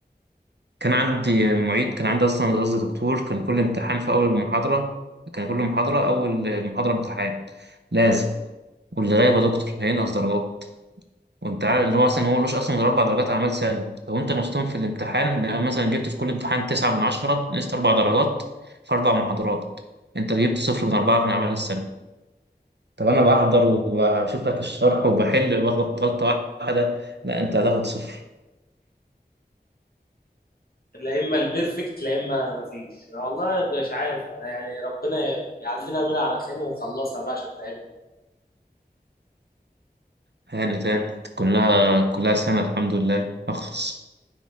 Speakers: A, on the right; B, on the left.
A: كان عندي معيد كان عندي اصلا قصدي دكتور كان كل امتحان في اول المحاضره كان كل محاضره اول محاضره امتحان لازم واللي غايب يا دكتور هينقص درجات وانت عارف اللي هو مثلا هو ملوش اصلا غير اربع درجات اعمال سنه لو انت نصتهم في الامتحان يعني مثلا جبت في كل امتحان تسعة من عشرة نقصت اربع درجات في اربع محاضرات انت جبت صفر من اربعه من اعمال السنه طب انا بحضر وبشوف لك الشرح وبحل بغلط غلطه واحده لا انت هتاخد صفر
B: لا اما البيرفكت لا اما مفيش أنا والله مش عارف يعني ربنا يعدينا منها على خير ونخلصها بقى عشان تعب
A: هاني تاني كلها كلها سنه الحمد لله اخلص